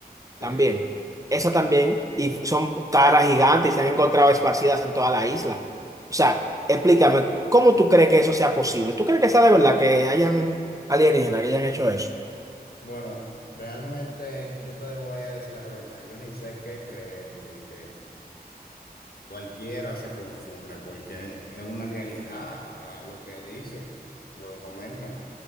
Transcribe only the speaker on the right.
También. Eso también. Y f- son caras gigantes y se han encontrado esparcidas en toda la isla. O sea, explícame, ¿cómo tú crees que eso sea posible? ¿Tú crees que sea de verdad que hayan alienígenas que hayan hecho eso?